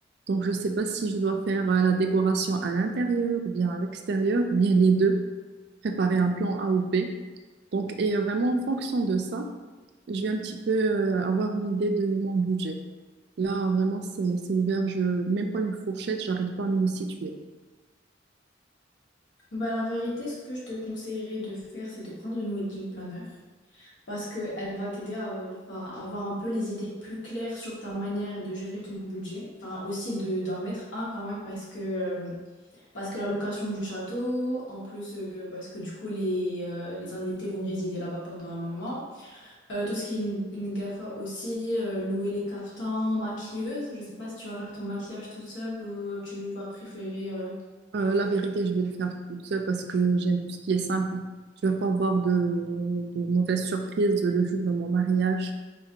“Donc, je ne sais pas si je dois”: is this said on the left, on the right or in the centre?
Right